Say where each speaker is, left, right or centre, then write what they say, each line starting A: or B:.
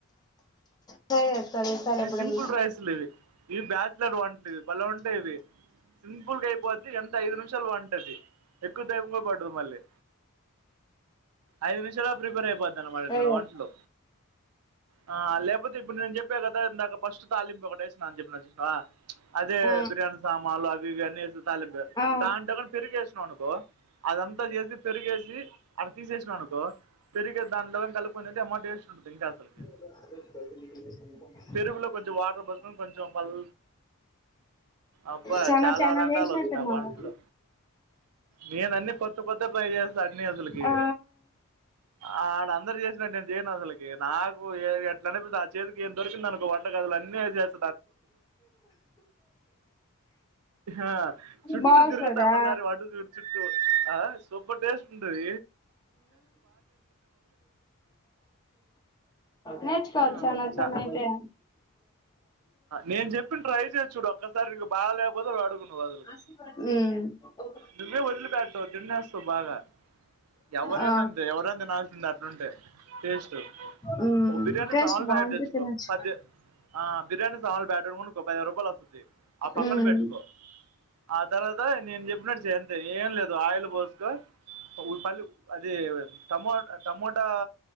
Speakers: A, on the left; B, on the right.
A: ట్రై చేస్తారు ఈసారి
B: ఇవి
A: ఎప్పుడన్నా
B: సింపుల్ రైస్లు ఇవి ఇవి బ్యాచిలర్ వంట లివి బలే ఉంటాయి ఇవి సింపుల్ గా అయిపోద్ది ఎంత ఐదు నిమిషాలు వంటది ఎక్కువ టైమ్ కూడా పట్టదు మళ్ళీ ఐదు నిమిషాల్లో ప్రిపేర్ అయిపోతన్నమాట
A: ట్రై
B: ఇట్లాంటి
A: చేస్తా
B: వంట్లు ఆ లేకపోతే ఇప్పుడు నేను చెప్పా కదా ఇందాక ఫస్ట్ తాలింపు ఒకటి ఏస్ చెప్పిన చూస్నావా ప్చ్ అదే
A: ఆ
B: బిర్యానీ సామాన్లు అవి ఇవి అన్నీ వేసి తాలింప్
A: ఆ ఆ
B: దాంట్లో కూడా పెరుగు ఏసినావ్ అనుకో అదంతా చేసి పెరుగేసి అది తీసిసినావ్ అనుకో పెరిగ దాంట్లో వేస్కొన్ కలుపుకెని తింటే మ్మా టెస్ట్ ఉంటది ఇంకా అసలకి
A: <unintelligible> ఫెసిలిటీ
B: పెరుగు లో కొంచ వాటర్ పోసుకో కొంచెం పల్ అబ్బా
A: చానా
B: చాలా
A: చానా
B: రకాలు
A: చేసినట్టున్నావు
B: వచ్చు నాకు వంటలో నేనన్ని కొత్త కొత్త ట్రై చేస్తా అన్ని అసలుకి
A: ఆ
B: ఆ ఆడ అందరు చేసినడు నేను చేయను అసలుకి నాకు ఎట్ల అనేపిస్తే చే ఏం దొరికిందనుకో వంట గదిలో అన్నీ యేసెస్త ఆ చుట్టూ
A: బావస్తదా
B: తిరుగుతా ఒకసారి వాటు చరు చుట్టూ ఆ సూపర్ టేస్ట్ ఉంటది
A: నేర్చుకోవాలి
B: ఆ,
A: చానా
B: చా-
A: సమయతే
B: నేను చెప్పి ట్రై చేసి చూడు ఒక్కసారి నీకు బాగా లేకపోతే వాడుకున్నావు వాదులకి
A: ఉ
B: నువే వదిలి పెట్టావ్ తినేస్తవ్ బాగా ఎవరేనాంతే
A: ఆ
B: ఎవరేనా తినల్సింది అట్లుంటే టేస్ట్
A: ఉమ్
B: ఓ బిర్యానీ
A: టేస్ట్
B: సామాన్ల
A: బాగుంటే
B: ప్యాకెట్ తేచ్చుకో
A: తినొచ్చు
B: పది బిర్యానీ సామాలు బ్యాటర్ ఒకై ఐదు రూపాయలు వస్తుంది ఆ పక్కన
A: ఉమ్
B: పెట్టుకో ఆ తర్వాత నేను చెప్పినట్ చేయి అంతే ఏం లేదు ఆయిల్ పోసుకు పల్లి అది టమో టమోటా